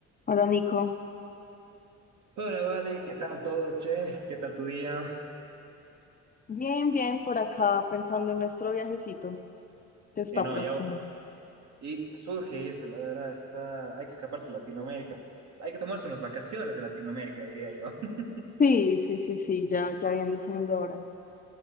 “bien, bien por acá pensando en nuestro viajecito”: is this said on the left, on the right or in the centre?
Left